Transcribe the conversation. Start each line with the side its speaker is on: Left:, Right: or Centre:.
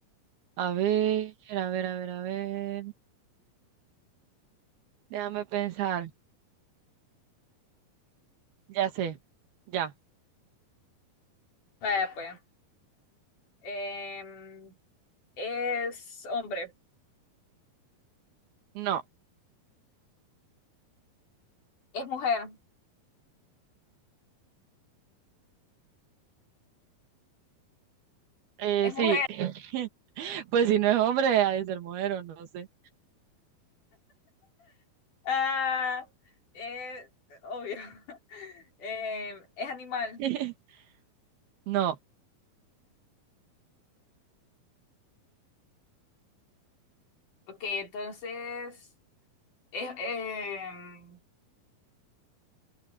Right: A ver, a ver, a ver, a ver. Déjame pensar. Ya sé. Ya.
Left: Vaya, pues. Em, es hombre.
Right: No.
Left: Es mujer.
Right: Eh,
Left: Es
Right: sí.
Left: mujer.
Right: <laughs> Pues si no es hombre, ha de ser mujer o no sé.
Left: Ah, es obvio. <laughs> Em, es animal.
Right: <laughs> No.
Left: Ok, entonces. Es, em,